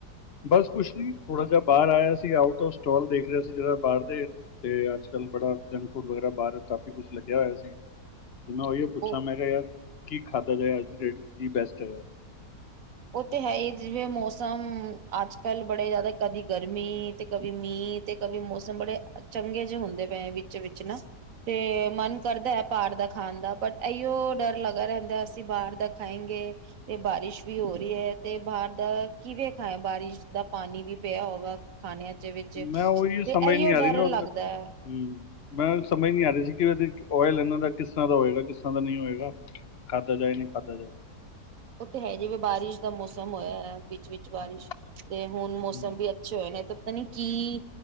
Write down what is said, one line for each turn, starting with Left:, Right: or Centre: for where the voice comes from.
Left: ਬਸ ਕੁਛ ਨ ਥੋੜਾ ਜਹਾ ਬਾਹਰ ਆਇਆ ਸੀ ਆਊਟ ਆਫ ਸਟਾੱਲ ਦੇਖ ਰਿਹਾ ਸੀ ਜਿੜਾ ਬਾਹਰ ਦੇ ਤੇ ਅੱਜ ਕੱਲ੍ਹ ਬੜਾ ਜੰਕ ਫੂਡ ਵਗੈਰਾ ਬਾਹਰ ਕਾਫੀ ਕੁਛ ਲੱਗਿਆ ਹੋਇਆ ਸੀ। ਤੇ ਮੈਂ ਉਹੀਓ ਪੁੱਛਾਂ
Right: ਉਹ
Left: ਮੈਂ ਕਿਹਾ ਯਾਰ ਕੀ ਖਾਧਾ ਜਾਏ ਅੱਜ ਦੀ ਡੇਟ ਵਿੱਚ ਕੀ ਬੈਸਟ ਹੈਗਾ
Right: ਉਹ ਤੇ ਹੈ ਹੀ ਜਿਵੇਂ ਮੌਸਮ ਅੱਜ ਕੱਲ ਬੜੇ ਜਿਆਦਾ ਕਦੀ ਗਰਮੀ ਤੇ ਕਭੀ ਮੀਂਹ ਤੇ ਕਭੀ ਮੌਸਮ ਬੜੇ ਚੰਗੇ ਜਿੇਹੇ ਹੁੰਦੇ ਪਏ ਵਿੱਚ ਵਿਚ ਨਾ ਤੇ ਮਨ ਕਰਦਾ ਹੈ ਬਾਹਰ ਦਾ ਖਾਣ ਦਾ ਬਟ ਇਓ ਡਰ ਲੱਗਗਾ ਰਹਿੰਦਾ ਅਸੀਂ ਬਾਹਰ ਦਾ ਖਾਏਗੇ ਤੇ ਬਾਰਿਸ਼ ਵੀ ਹੋ ਰਹੀ ਹੈ ਤੇ ਬਾਹਰ ਦਾ ਕਿਵੇਂ ਖਾ ਬਾਰਿਸ਼ ਦਾ ਪਾਣੀ ਵੀ ਪਿਆ ਹੋਗਾ ਖਾਣਿਆਂ ਚ ਵਿੱਚ
Left: ਮੈਂ ਉਹੀ
Right: ਤੇ
Left: ਸਮਝ
Right: ਇਹੀਓ
Left: ਨੀ ਆ ਰਹੀ
Right: ਡਰ
Left: ਨਾ,
Right: ਲੱਗਦਾ
Left: ਹਮ
Right: ਹੈ।
Left: ਮੈਂ ਉ ਸਮਝ ਨੀ ਆ ਰਹੀ ਸੀ ਕਿ ਓਇਲ ਇਹਨਾਂ ਦਾ ਕਿਸ ਤਰ੍ਹਾਂ ਦਾ ਹੋਏਗਾ, ਕਿਸ ਤਰ੍ਹਾਂ ਦਾ ਨਹੀਂ ਹੋਏਗਾ, ਖਾਧਾ ਜਾਏ ਨਹੀਂ ਖਾਧਾ ਜਾਏ।
Right: ਉਥੇ ਹੈ, ਜਿਵੇਂ ਬਾਰਿਸ਼ ਦਾ ਮੌਸਮ ਹੋਇਆ। ਵਿੱਚ ਬਾਰਿਸ਼
Left: ਹਾਂ,
Right: ਤੇ ਹੁਣ ਮੌਸਮ
Left: ਹੂੰ,
Right: ਵੀ ਅੱਛੇ ਹੋਏ ਨੇ, ਤੇ ਪਤਾ ਨਹੀ। ਕੀ,